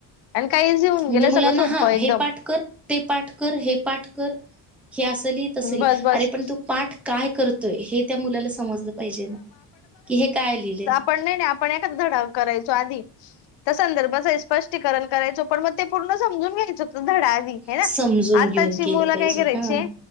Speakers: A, on the left; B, in the centre.
A: आणि काही इझी होऊन
B: म्हणजे
A: गेलं
B: मुलांना
A: सगळं सोपं
B: हा
A: एकदम
B: हे पाठ कर ते पाठ कर हे पाठ कर, हे अस ली तस ली
A: बस बस
B: अरे पण तू पाठ काय करतोय हे त्या मुलाला समजलं पाहिजे ना, की हे काय लिहिलंय.
A: पण नाही नाही आपण एखादा धडा करायचो आधी त्या संदर्भाच स्पष्टीकरण करायचो पण मग ते पूर्ण समजून घ्यायचं तो धडा माहित आहे ना.
B: समजून
A: आताची
B: घेऊन केलं
A: मुलं
B: पाहिजे
A: काय करायचीय
B: हा